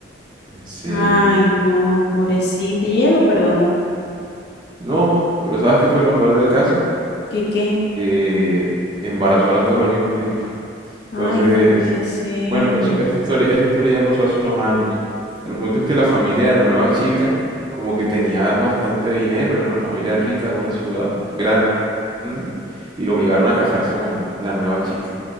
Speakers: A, on the right (about 25°); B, on the left (about 55°).
A: En serio.
B: Ay, no, pobrecita. Y ella lo perdonó.
A: No, pero ¿sabes qué fue lo peor del caso?
B: ¿Qué qué?
A: Que embarazó a las dos al mismo tiempo. Entonces,
B: Ay, no puede ser.
A: bueno,
B: mm,
A: eso, esta historia, esta historia ya pasó hace unos años. El punto es que la familia de la nueva chica como que tenía bastante dinero, era una familia rica de una ciudad grande y lo obligaron a casarse con la nueva chica.